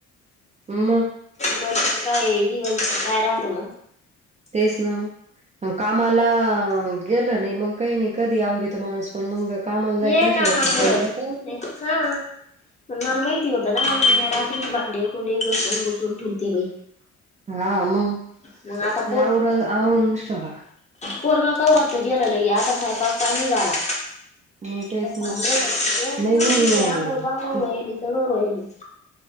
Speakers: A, on the right; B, on the left.
A: म
B: नंतर काय दिवस भर काय राहतो मग.
A: तेच ना मग कामाला गेलं नाही, मग काही नाही कधी आवरीत माणूस पण मंग कामाला जायचं
B: हे
A: असल्यावर
B: कामामुळेच
A: सकाळी लवकर उठ
B: नाही हा आ मला माहिती होतं ना, मग म्या रात्रीच भांडे कुंडे घसून बुसून ठुलते बाई!
A: हा अ म आणि
B: मग आता
A: आवरून आवरूचं ठेवला.
B: पोरगा कावाच गेल लगे, आता स्वयंपाकाचा पाणी झाला.
A: मग तेच
B: ते पांढय्रा
A: ना नाही मी
B: <unintelligible> द्या
A: अ,
B: आंघोळ पांगोळ
A: ते
B: व्हायली सगळं व्हायली.